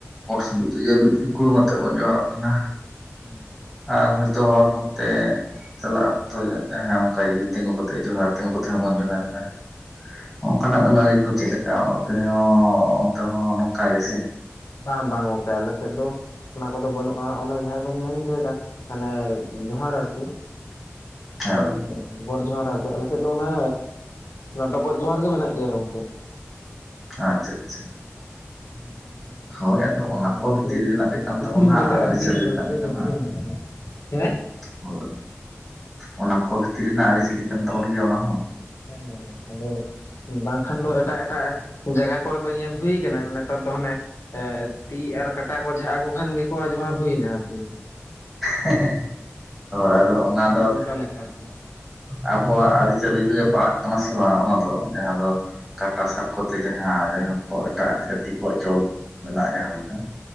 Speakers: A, in the centre; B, on the left (about 70°).
A: ᱥᱚᱢ ᱡ <unintelligible> ᱤᱠᱷᱩ ᱢᱟᱛᱮᱫ ᱵᱚᱱ ᱡᱚᱦᱟᱨᱚᱜ ᱠᱟᱱᱟ᱾
B: ᱦᱮᱸ
A: ᱟᱨ ᱦᱚᱳᱭᱛᱚ ᱦᱚᱨ ᱦᱚᱨᱛᱮ ᱪᱟᱞᱟᱜ ᱚᱠᱛᱚ ᱡᱟᱦᱟᱸᱭ ᱚᱱᱠᱟ ᱡᱩᱫᱤ ᱛᱤᱸᱜᱩ ᱠᱟᱛᱮ ᱡᱚᱦᱟᱨ ᱛᱤᱸᱜᱩ ᱠᱟᱛᱮ ᱦᱚᱸᱵᱚᱱ ᱡᱚᱦᱟᱨ ᱮᱫᱟ ᱚᱱᱠᱟᱱᱟᱜ ᱟᱹᱱ ᱟᱹᱟᱹᱨᱤ ᱠᱚ ᱪᱮᱫ ᱞᱮᱠᱟ, ᱟᱯᱮ ᱦᱚᱸ ᱚᱱᱛᱮ ᱦᱚᱸ ᱱᱚᱝᱠᱟ ᱜᱮ ᱥᱮ?
B: ᱵᱟᱝ ᱵᱟᱝ ᱜᱚᱝᱠᱮ, ᱟᱞᱮ ᱥᱮᱫ ᱫᱚ ᱚᱱᱟ ᱠᱚᱫᱚ ᱵᱟᱹᱱᱩᱜᱼᱟ, ᱚᱱᱮ ᱡᱟᱦᱟᱸ ᱵᱮᱱ ᱢᱮᱱ ᱦᱚᱪᱚᱭᱮᱫᱟ ᱦᱟᱱᱮ ᱡᱚᱦᱟᱨ ᱟᱨᱠᱤ᱾ <unintelligible>
A: ᱦᱳᱭ
B: ᱜᱚᱰ ᱡᱚᱦᱟᱨ ᱟᱨᱠᱤ, ᱟᱞᱮᱥᱮᱫ ᱫᱚ ᱚᱱᱮ ᱰᱚᱚᱵᱚᱜ ᱡᱚᱦᱟᱨ ᱜᱮ ᱢᱮᱱᱟᱜ ᱜᱮᱭᱟ ᱜᱚᱝᱠᱮ᱾
A: ᱟᱪᱪᱷᱟ ᱟᱪᱪᱷᱟ
B: <unintelligible>
A: ᱦᱳᱭ
B: ᱦᱮᱸ
A: ᱟᱫᱚ ᱚᱱᱟ
B: ᱢᱟᱱᱮ
A: ᱠᱚ ᱵᱷᱤᱛᱤᱨ
B: ᱤᱠᱲᱩᱢ,
A: ᱨᱮᱱᱟᱜ ᱜᱮ ᱠᱟᱱ ᱛᱟᱵᱚᱱᱟ
B: ᱤᱠᱲᱩᱢ ᱠᱟᱛᱮᱜ
A: ᱟᱹᱨᱤᱪᱟᱹᱞᱤ
B: ᱟᱨᱠᱤ ᱚᱱᱟ
A: ᱨᱮᱱᱟᱜ
B: ᱠᱚᱜᱮ
A: ᱠᱟᱱᱟ
B: ᱡᱚᱦᱟᱨ ᱜᱮ ᱢᱮᱱᱟᱜ ᱠᱤᱭᱟ᱾ ᱦᱮ
A: ᱦᱳᱭ ᱚᱱᱟ ᱠᱚ ᱵᱷᱤᱛᱤᱨ ᱨᱮᱱᱟᱜ ᱟᱹᱨᱤ ᱪᱟᱹᱞᱤ ᱠᱟᱱ ᱛᱟᱵᱚᱱ ᱜᱮᱭᱟ ᱚᱱᱟ ᱦᱚᱸ
B: ᱦᱮᱸ ᱟᱫᱚ ᱵᱟᱝᱠᱷᱟᱱ ᱫᱚ ᱮᱴᱟᱜ ᱮᱴᱟᱜ ᱡᱟᱭᱜᱟ ᱠᱚᱨ ᱫᱚ ᱧᱮᱞ ᱦᱩᱭ ᱠᱟᱱᱟ ᱱᱮᱛᱟᱨ ᱫᱚ ᱦᱟᱱᱮ ᱮᱜ ᱛᱤ ᱟᱨ ᱠᱟᱴᱟ ᱠᱚ ᱡᱷᱟᱜ ᱟᱠᱚ ᱠᱷᱟᱱ ᱜᱮᱠᱚ ᱡᱚᱦᱟᱨ ᱦᱩᱭᱱᱟ ᱟᱨᱠᱤ
A: ᱦᱮᱸ ᱦᱮᱸ ᱟᱫᱚ ᱚᱱᱟ
B: ᱚᱱᱮ
A: ᱫᱚ
B: ᱚᱱᱠᱟ ᱞᱮᱠᱟ ᱟᱨᱠᱤ
A: ᱟᱵᱚᱣᱟᱜ ᱟᱹᱨᱤ ᱪᱟᱹᱞᱤ ᱨᱮᱜᱮ ᱯᱟᱲᱟᱜ ᱠᱟᱱᱟ ᱥᱮ ᱵᱟᱝ ᱚᱱᱟ ᱫᱚ ᱡᱟᱦᱟᱸ ᱫᱚ ᱠᱟᱴᱟ ᱥᱟᱵ ᱠᱚᱛᱮ ᱡᱟᱦᱟᱸ ᱡᱟᱦᱟᱸ ᱠᱚ ᱮᱴᱟᱜ ᱡᱟᱹᱛᱤ ᱠᱚᱣᱟᱜ ᱪᱚᱞ ᱢᱮᱱᱟᱜᱼᱟ ᱡᱟᱦᱟᱸ ᱞᱮᱠᱟ